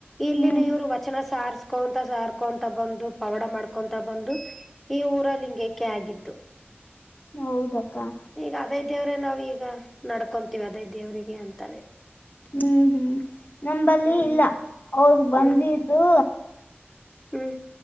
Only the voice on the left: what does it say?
ಹ್ಮ್
ಹೌದಕ್ಕಾ.
ಹ್ಮ್ ಹ್ಮ್ ನಂಬಲ್ಲಿ
ಇಲ್ಲ ಅವರು ಬಂದಿದ್ದು.